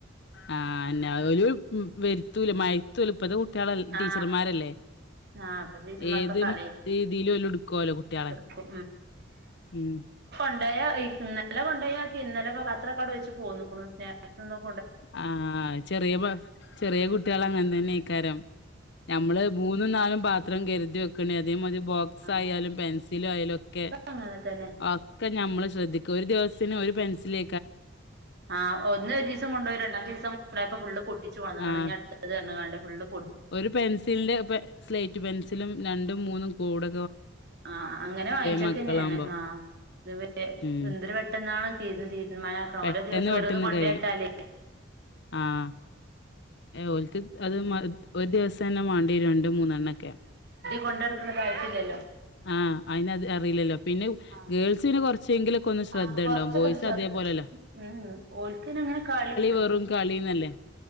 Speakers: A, on the left; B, on the right.
A: ആഹ് എന്നാ ഓല് വെരുത്തോല്ലേ മയത്തൂല്ലേ ഇപ്പത്തെ കുട്ടികളല്ലേ
B: ആ
A: ടീച്ചറ്മാരല്ലേ
B: ആ ഇപ്പത്തെ ടീച്ചർമാർക്കൊക്കെ
A: ഏത്
B: അറിയും
A: രീതിയിലോല് എടുക്കാലോ കുട്ടികളെ
B: എടുക്കും
A: ഉം
B: കൊണ്ടയാ ഇന്നലെ കൊണ്ടോയാക്കി ഇന്നലെ ഇപ്പോ പത്രവൊക്കെ അവടെ വെച്ച് പോന്നേക്കണ് സ്നാക്സൊന്നും
A: ആഹ് ചെറിയ ചെറിയ കുട്ടികള് അങ്ങനെ തന്നെ അയ്ക്കാരം ഞമ്മള് മൂന്നും നാലും പാ പാത്രം കരുതിവെക്കണേ അതേമാരി ബോക്സായാലും
B: ആഹ്
A: പെൻസിലായാലും ഒക്കെ
B: അങ്ങനെ തന്നെ
A: ഒക്കെ ഞമ്മള് ശ്രദ്ധിക്കും ഒരു ദിവസത്തിന് ഒരു പെൻസില്
B: ആഹ് ഒന്ന്‌ ഒര് ദിവസം കൊണ്ടോയി രണ്ടാമത്തെ ദിവസം കൊണ്ടോയപ്പോ ഫുള്ള് പൊ പൊട്ടിച്ച് വന്നേക്കണു
A: ആഹ്
B: ഇനി അടുത്തത് പുതിയത് പറഞ്ഞങ്ങാണ്ട് ഫുള്ളും
A: ഒരു പെൻസിലില് സ്ലേറ്റ് പെൻസിലും രണ്ടും മൂന്നും കൂട്
B: ആഹ് അങ്ങനെ വാങ്ങിച്ചക്കെന്നയാണ്
A: മക്കളാവുമ്പോ
B: ആഹ് ഇത് വേ
A: ഉം
B: എന്തൊര് പെട്ടന്നാണ് തീരണ് തീരുമാനമാക്കണത്
A: പെട്ടെന്ന്
B: ഓരോ ദിവസം
A: പെട്ടെന്ന്
B: ഓരോന്ന് കൊണ്ടോയിട്ടാല്
A: കഴിയും ആഹ് ഓൽക്ക് അത് മ ഒര് ദിവസം തന്നെ മാണ്ടി വരും രണ്ടും മൂന്നും എണ്ണവൊക്കെ
B: കൊണ്ട് നടക്കണതായിട്ടില്ല
A: ആഹ് അയിന് അത് അറീലല്ലോ പിന്നെ
B: ആഹ്
A: ഗേൾസിന് കൊറച്ചെങ്കിലും ഒക്കെയൊന്ന് ശ്രദ്ധയുണ്ടാവും
B: ആഹ് കൊറച്ചൊക്കെ
A: ബോയ്സ്
B: ഒരു ശ്രദ്ധ
A: അതേ പോലെയല്ല.
B: ഉം ഓൾക്ക് പിന്നങ്ങനെ കളീ
A: വെറും കളിന്നല്ലേ.